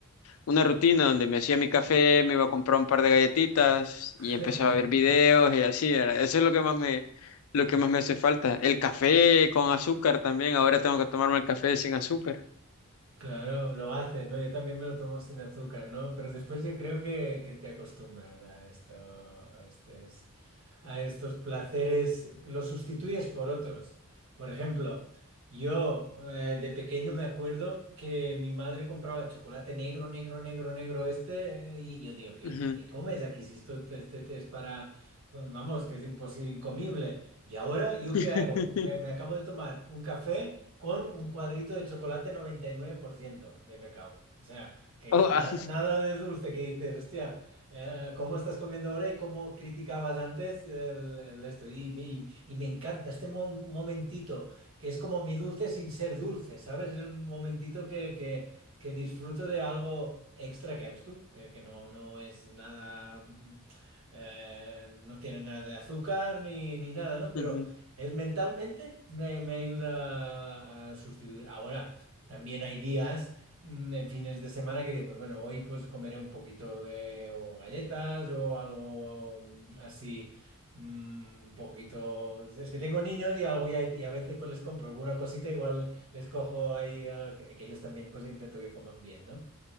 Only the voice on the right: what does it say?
<laughs>
Claro, lo haces, ¿no? Yo también me lo tomo sin azúcar, ¿no? Pero después yo creo que, que te acostumbras a esto, a esto. a estos placeres, los sustituyes por otros. Por ejemplo, yo eh, de pequeño me acuerdo que mi madre compraba chocolate negro, negro, negro, negro este, eh, y yo digo, ¿qué,
qué comes aquí si esto te- este, te es para, pues, vamos, que es imposible, incomible? Y ahora, ¿yo
qué hago? Me, me acabo de tomar un café con un cuadrito de chocolate 99% de cacao. O sea, que,
que nada,
nada de dulce que dices, hostia. Eh, ¿cómo estás comiendo ahora y cómo criticabas antes el, el esto? Y, me y me encanta este mo- momentito, que es como mi dulce sin ser dulce, ¿sabes? Es el momentito que, que- que disfruto de algo extra que ves tú, que, que no, no es nada, mm, eh, no tiene nada de azúcar ni, ni nada, ¿no? Pero
es mentalmente me, me ayuda a sustituir. Ahora, también hay días. Mm, En fines de semana que digo, pues bueno, hoy pues comeré un poquito de o galletas o algo mm, así, mm, un poquito. Es que tengo niños y, algo, y, a, y a veces pues les compro alguna cosita, igual les cojo ahí, al- que, que ellos también pues intento que coman bien, ¿no?